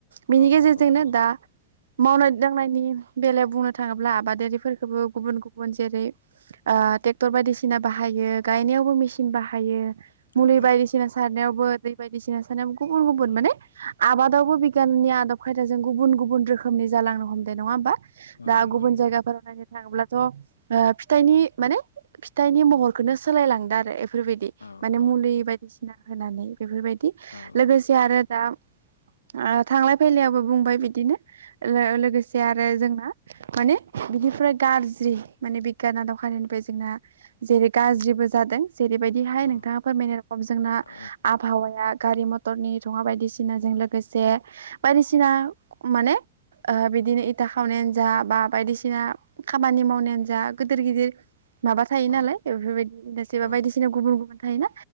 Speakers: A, on the right (about 65°); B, on the left (about 75°).
A: बेनि
B: औ
A: गेजेरजोंनो
B: नंगौ नोंथां
A: दा मावनाय दांनायनि बेलायाव बुंनो थाङोब्ला आबादारिफोरखौबो गुबुन गुबुन जेरै ओ ट्रेक्टर बायदिसिना बाहायो गायनायावबो मेसिन बाहायो मुलि
B: औ
A: बायदिसिना सारनायाव बो दै बायदिसिना सारनायावबो माने गुबुन गुबुनन माने आबादावबो बिगियाननि आदब खायदाजों गुब गुब रो खोमनि जालांनो हमदों नङा होमबा।
B: औ
A: दा
B: नंगौ
A: गुबुन
B: नोंथां
A: जायगाफोराव थाङोब्लाथ' ओ फिथाइनि माने फिथाइनि महरखौनो सोलायलांदो आरो। बेफोरबायदि,
B: औ
A: माने
B: औ
A: मुलि बायदिसिना होनानै बेफोरबायदि,
B: औ
A: लोगोसे आरो दा ओ थांलाय फैलायायावबो बुंबाय बिदिनो, लोगोसे आरो जोंना माने बिनिफ्राय गाज्रि माने बिगियाना दखानिनिफ्राय जोंना जेरै गाज्रिबो जादों जेरैबायदिहाय
B: औ
A: नोंथाङा फोरमायनाय रखम जोंना
B: औ
A: आबहावाया गारि मथरनि धुङा बायदि सिनाजों लोगोसे बायदिसिना माने ओ बिदिनो खावनायानो जा बा बायदिसिना खामानि मावनायानो जा गोदिर गिदिर माबा थायो
B: औ
A: नालाय बेफोरबायदि इबा
B: औ
A: बायदिसिना गुबुन गुबुन थायोना,